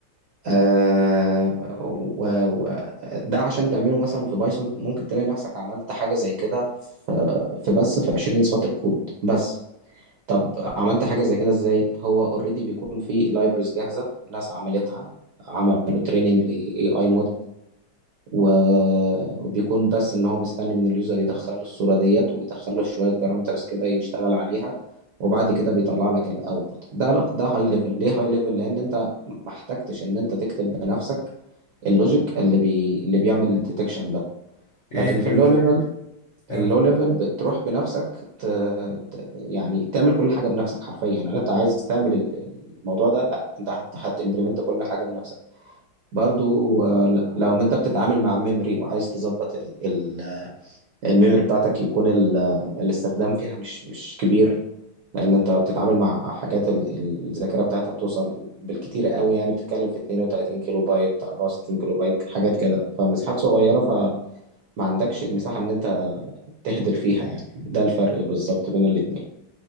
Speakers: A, on the right; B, on the left.
A: آه و- و- ده عشان تعمله مثلا في بايثون ممكن تلاقي نفسك عملت حاجة زي كده في في بس في 20 سطر كود بس طب عملت حاجة زي كده ازاي هو اوريدي بيكون في لايبرز جاهزة ناس عملتها عملوا تريننج لاي اي و- وبيكون بس ان هو مستني من اليوزر يدخل له الصوره ديت ويدخل له شويه بارامترز كده يشتغل عليها وبعد كده بيطلع لك الاوتبوت ده ده هاي ليفل ليه هاي ليفل لان انت ما احتجتش ان انت تكتب بنفسك اللوجيك اللي بي... اللي بيعمل الديتكشن ده لكن
B: إيه
A: في
B: فهمتك
A: اللو ليفل
B: فهمتك
A: اللو ليفل بتروح بنفسك ت... ت... يعني تعمل كل حاجه بنفسك حرفيا يعني انت عايز تعمل ال- الموضوع ده لا انت هت... هتimplement كل حاجه بنفسك برضو آه، ل- لو انت بتتعامل مع ميموري وعايز تظبط ال- ال- الميموري بتاعتك يكون ال- الاستخدام فيها مش مش كبير لان انت بتتعامل مع حاجات ال- الذاكره بتاعتها بتوصل بالكتير قوي يعني بتتكلم في 32 كيلو بايت 64 كيلو بايت حاجات كده فمساحات صغيره فما عندكش المساحه ان انت تهدر فيها يعني ده الفرق بالظبط بين الاتنين